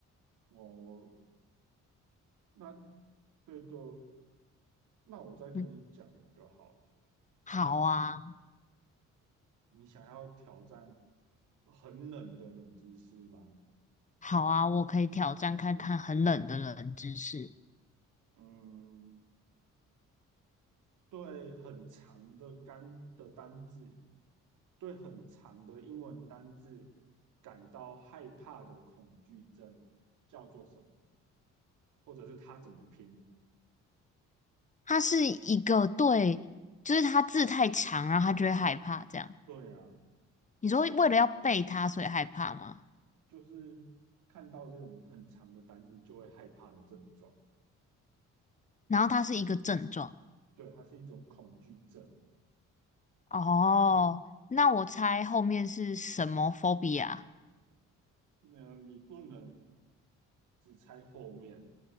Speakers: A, on the right; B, on the left.
A: 我那这个，那我再跟你讲一个好了。
B: 嗯，好啊，
A: 你想要挑战很冷的冷知识吗？
B: 好啊，我可以挑战看看很冷的冷知识。
A: 嗯，对很长的单的单字，对很长的英文单字感到害怕的恐惧症叫做什么？或者是它怎么拼？
B: 它是一个对，就是它字太长，然后它就会害怕这样。
A: 对啊，
B: 你说为了要背它，所以害怕吗？
A: 就是看到这种很长的单字就会害怕的症状。
B: 然后它是一个症状。
A: 对，它是一种恐惧症。
B: 哦，那我猜后面是什么 phobia？
A: 那你不能只猜后面，